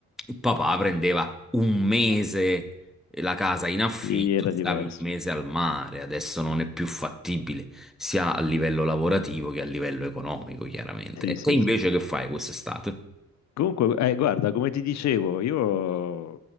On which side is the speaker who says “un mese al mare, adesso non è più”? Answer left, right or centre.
Centre